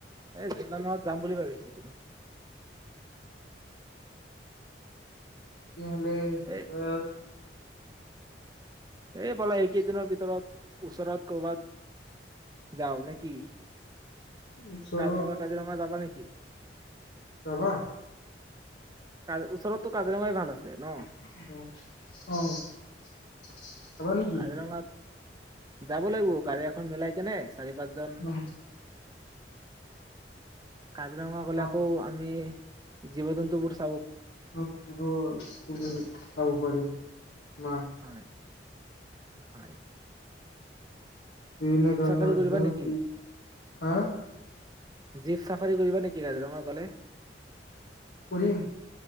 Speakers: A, on the right (about 20°); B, on the left (about 75°).
A: এই <unintelligible> যাম বুলি ভাবিছি। <unintelligible>
B: <unintelligible>
A: এই এইফালে এইকেইদিনৰ ভিতৰত, ওচৰত কৰ'বাত যাও নে কি,
B: ওচৰত
A: কাজিৰঙা-তাজিৰঙা যাবা নি? <unintelligible>
B: যাবা?
A: কাজ ওচৰতো কাজিৰঙাই ভাল আছে।
B: <inaudible>
A: ন
B: অ'। যাবা নেকি
A: কাজিৰঙাত যাব লাগিব, গাড়ী এখন মিলাই। কেনে? চাৰি পাঁচজন।
B: অ,
A: কাজিৰঙা গলে,
B: যাম।
A: আকৌ আমি জীৱ জন্তু বোৰ
B: <unintelligible> খাব পাৰি। আমাৰ
A: হয়। হয়।
B: বিভিন্ন
A: জীপ
B: ধৰণৰ
A: চাফাৰী
B: <unintelligible>
A: কৰিবা নেকি
B: হাঁ
A: জীপ চাফাৰী কৰিবা নেকি কাজিৰঙা ক'লে?
B: কৰিম।